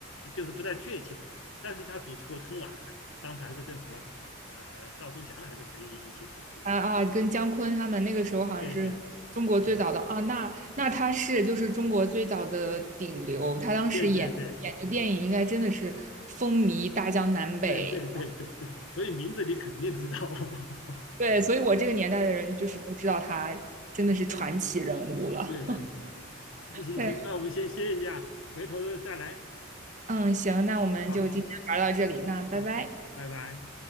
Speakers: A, on the left; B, on the right.
A: 就是不太确切。但是他主持过春晚，当时还是跟什么呃赵忠祥还是谁一起主持的。
B: 啊啊，跟姜昆他们那个时候好像是中国最早的啊，
A: 对对对
B: 那那他是就是中国最早的顶流，他当时演演的电影应该真的是风靡大江南北。
A: 对对对对对对对对，所以名字你肯定知道。<laughs>
B: 对，所以我这个年代的人就是都知道他真的是传奇人物了。
A: 对对对，行行行，
B: 对。
A: 那我们先歇一下，回头再来。
B: 嗯，行，那我们就今天玩到这里，
A: 好好
B: 那拜拜。
A: 好，拜拜。